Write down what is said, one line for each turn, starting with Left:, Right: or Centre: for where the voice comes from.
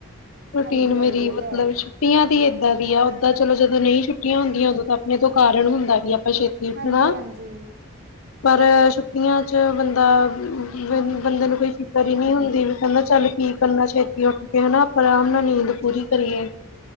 Left: ਰੂਟੀਨ
Right: ਹਾਂਜੀ
Left: ਮੇਰੀ
Right: ਹਾਂਜੀ ਇਹ
Left: ਮਤਲਬ
Right: ਤਾਂ ਹੈ
Left: ਛੱਟੀਆਂ ਦੀ ਏਦਾਂ ਦੀ ਆ ਓਦਾਂ ਚਲੋ ਜਦੋਂ ਨਈ ਛੁੱਟੀਆਂ ਹੁੰਦੀਆਂ ਉਦੋਂ ਤਾਂ ਆਪਣੇ ਤੋਂ ਕਾਰਨ ਹੁੰਦਾ ਵੀ ਆਪਾਂ ਛੇ ਉਠਣਾ
Right: ਹਾਂਜੀ ਹਾਂਜੀ
Left: ਪਰ ਛੁੱਟੀਆਂ 'ਚ ਬੰਦਾ ਬੰਦੇ ਨੂੰ ਕੋਈ ਫਿਕਰ ਈ ਨਈ ਹੁੰਦੀ ਵੀ ਕ ਚਲ ਕੀ ਕਰਨਾ ਛੇਤੀ ਉੱਠ ਕੇ ਹਨਾ ਆਪਾਂ ਆਰਾਮ ਨਾਲ ਨੀਂਦ
Right: ਹਾਂਜੀ
Left: ਪੂਰੀ
Right: ਇਹ
Left: ਕਰੀਏ।
Right: ਤਾਂ ਹੈ